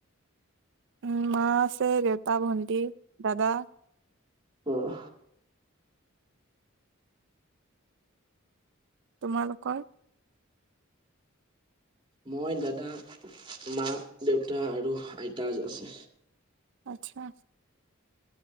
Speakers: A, on the right; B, on the right.
A: উম, মা আছে, দেউতা, ভন্টি, দাদা।
B: অ'।
A: তোমালোকৰ?
B: মই, দাদা, মা, দেউতা আৰু আইতা আছে।
A: আতচ্ছা।